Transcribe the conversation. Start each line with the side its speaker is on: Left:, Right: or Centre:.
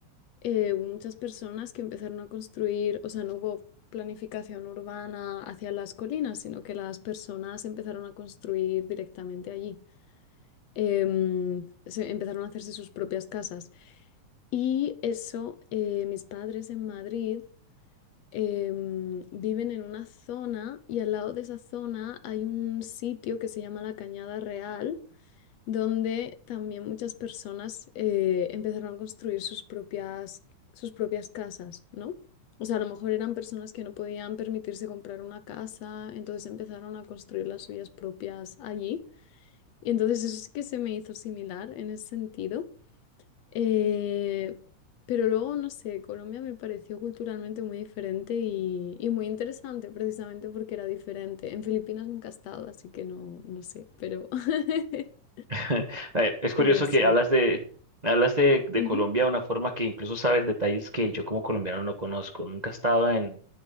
Left: eh, hubo muchas personas que empezaron a construir, o sea, no hubo planificación urbana hacia las colinas, sino que las personas empezaron a construir directamente allí em, se- empezaron a hacerse sus propias casas. Y eso, eh, mis padres en Madrid em, viven en una zona y al lado de esa zona hay un sitio que se llama la Cañada Real, donde también muchas personas eh, empezaron a construir sus propias, sus propias casas, ¿no? O sea, a lo mejor eran personas que no podían permitirse comprar una casa, entonces empezaron a construir las suyas propias allí. Y entonces eso sí que se me hizo similar en ese sentido. Eh, pero luego, no sé, Colombia me pareció culturalmente muy diferente y, y muy interesante, precisamente porque era diferente. En Filipinas nunca he estado, así que no, no sé, pero, <laughs>
Right: <laughs> Eh, Es
Left: pero
Right: curioso
Left: sí.
Right: que hablas de, hablas de, de
Left: Ujú.
Right: Colombia de una forma que incluso sabes detalles que yo como colombiano no conozco. Nunca he estado en